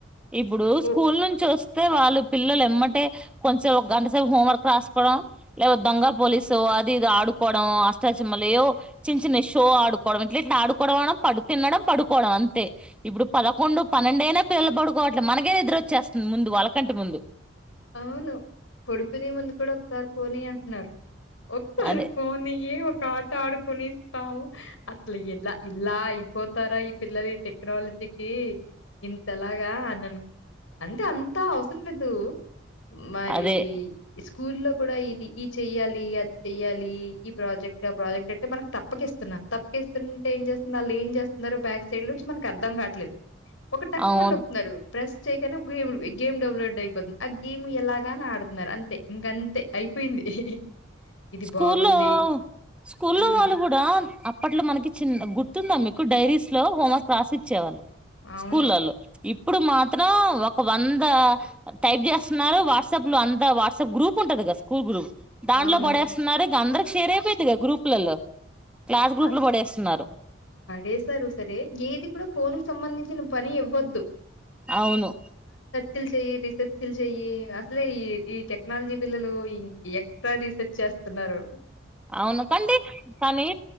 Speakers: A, in the centre; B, on the left (about 80°).
A: ఇపుడు
B: ఫో
A: స్కూల్ నుంచి ఒస్ తే వాళ్ళు పిల్లల్ ఎమ్మటే కొంచెం ఒక గంట సేపు హోంవర్క్ రస్కోడం లేకపోతే దొంగ పోలీసో అది ఇది ఆడుకోవడం అష్టాచమల్ ఏవో చిన్న చిన్నయ్ షో ఆడుకోవడం ఇట్లా ఇట్లా ఆడుకోవడం పన్డు తిన్ డం పడుకోవడం అంతే ఇప్పుడు పదకొండు పన్నెండు ఏళ్ల పిల్లలు పడుకో గొ అట్ల మనకే నిద్రొచ్చేస్తుంద్ ముందు వాళ్ళకంటే ముందు.
B: అవును పడుకునే ముందు కూడా ఒక్సారి పోన్ ఇయ్ అంటున్నారు. ఒకసారి
A: అదే
B: ఫోనియ్యి ఒక ఆట ఆడుకుని ఇస్తాము. అస్లు ఇల్ల ఇల్లాయ్ అయిపోతారా ఈ పిల్లల్ ఈ టెక్నాలజీకి ఇంతెలాగా అనన్ అంటే అంత అవసరం లేదు మరీ
A: అదే
B: స్కూల్లో కూడ ఇది ఈ ఎయ్యాలి అద్ చెయ్యాలి ఈ ప్రాజెక్ట్ ఆ ప్రాజెక్ట్ అంటే మనకు తప్పకిస్తున్నాం తప్పకిస్తుంటే ఏం చే వాల్ ఎంచేస్తున్నారో బ్యాక్ సైడ్ లొ నుంచి మానాకి అర్థంకట్లే ఒక్కట్ టాక్
A: అవును
B: మణి నొకుతున్నారు ప్రెస్ చై <unintelligible> గేమ్ డౌన్లోడ్ అయిపోతుంది. ఆ గేమ్ ఎలాగా ఆడుతున్నారు అంతే ఇంక అంతే అయిపోయింది. ఇది
A: స్కూల్లో
B: బాగుంది
A: స్కూల్లో
B: ఉమ్
A: వాళ్ళు కూడ అప్పట్లో మనకి చిన్న గుర్తుంద మీకు డైరీస్ ల్లో వాళ్లక్ రాస్ ఇచ్చేవాళ్ళు
B: అవును
A: స్కూల్లలో ఇ ఇప్పుడు మాత్రం ఒక వంద టైప్ చేస్తున్నారు వాట్సాప్ లో అంత వాట్సాప్ గ్రూప్ ఉంటది ఎస్ స్కూల్ గురు దాంట్లో
B: అవును
A: పడేస్తున్నారు ఇంకా అందరికి షేర్ అయిపోయిది గా గ్రూపుల్లో క్లాస్ గ్రూప్
B: ఆ
A: లో పడేస్తున్నారు
B: పడేశారు సరే ఏది కూడా ఫోన్ <unintelligible> పని ఇవ్వద్దు
A: అవును
B: తిల్చే తీస్కచ్ తిల్చేయి అసలే ఈ ఈ టెక్నాలజీ పిల్లలు ఎట్లా రీసెర్చ్ తున్నారు
A: అవును కండి కానీ